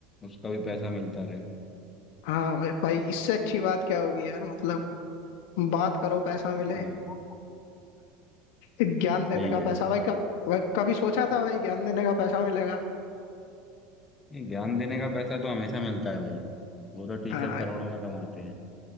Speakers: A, on the left; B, on the left.
A: उसका भी पैसा मिलता रहे
B: हाँ भाई इससे अच्छी बात क्या होगी यार मतलब बात करो पैसा मिले
A: हाँ
B: ज्ञान देने
A: सही
B: का
A: कह
B: पैसा
A: रहे हो भाई
B: भाई, कब भाई कभी सोचा था भाई ज्ञान देने का पैसा मिलेगा
A: नहीं ज्ञान देने का पैसा तो हमेशा मिलता है भाई वो तो टीचर
B: हाँ
A: करोड़ों में कमाते हैं